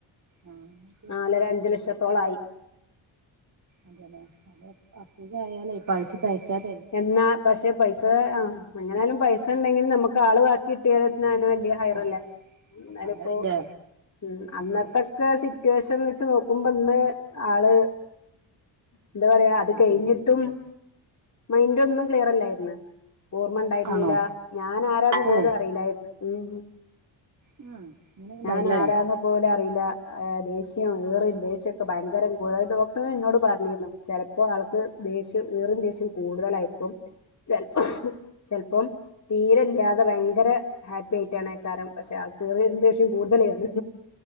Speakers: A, on the right; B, on the left.
A: ആഹ <unintelligible>
B: നാലര അഞ്ച് ലക്ഷം തോളായി
A: അതല്ലെ അ അസുഖയാലേ പൈസ തയ്ച്ചാ തരുല്ല
B: എന്നാ പക്ഷെ പൈസ ആ എങ്ങനൊയാലും പൈസ ഉണ്ടെങ്കിൽ നമുക്ക് ആൾ ബാക്കി കിട്ടിയാലും വലിയ ഹയറല്ലേ
A: അതെ
B: എന്നാല്
A: അതാല്ലേ
B: ഇപ്പോ ഉ അന്നത്തൊക്കെ
A: ശരിയാ
B: സി ശേഷം വെച്ച് നോക്കുമ്പോ ഇന്ന് ആള് എന്താ പറയാ അത്
A: അൽഹംദുലില്ലാ
B: കഴിഞ്ഞിട്ടും
A: അല്ലേ
B: മൈൻഡ് ഒന്നും ക്ലിയർ അല്ലായിരുന്ന് ഓർമ്മ ഉണ്ടായിരുന്നീല
A: ആണോ
B: ഞാൻ ആരന്ന പോലും
A: ഓ
B: അറിയില്ലായിരുന്നു ഉം
A: ഉം അങ്ങനെണ്ടായില്ലേ
B: ഞാൻ ആരാന്ന് പോലു അറീല അ ദേഷ്യം ഈറിം ദേഷ്യാെക്കെ ഭയങ്കരം കൂ ഡോക്ടറന്നെന്നോട് പറഞ്ഞീന്നു ചെലപ്പോ ആൾക്ക് ദേഷ്യം ഈറിം ദേഷ്യം കൂടുതലായിരിക്കും ചെൽപ്പോ ചെൽപ്പം തീരെല്ല്യാതെ ഭയങ്കര ഹാപ്പി ആയിട്ടാണെക്കാരം പക്ഷെ ആൾക്ക് വെടെ ദേശ്യം കൂടുതലായിര്ന്ന്